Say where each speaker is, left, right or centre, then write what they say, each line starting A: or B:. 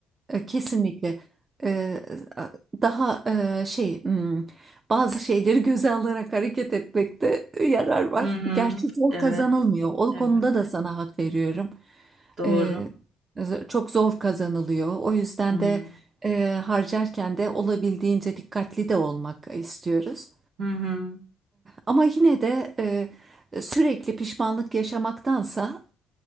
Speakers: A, on the right; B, on the right.
A: Eh, Kesinlikle. Eh, daha eh, şey, hmm, bazı şeyleri göze alarak hareket etmekte e, yarar var.
B: Hı hı.
A: Gerçi zor
B: Evet.
A: kazanılmıyor. O
B: Evet.
A: konuda da sana hak veriyorum.
B: Doğru.
A: Eh, z- çok zor kazanılıyor. O yüzden
B: Hı
A: de eh, harcarken de olabildiğince dikkatli de olmak istiyoruz.
B: hı. hı.
A: Ama yine de e, sürekli pişmanlık yaşamaktansa,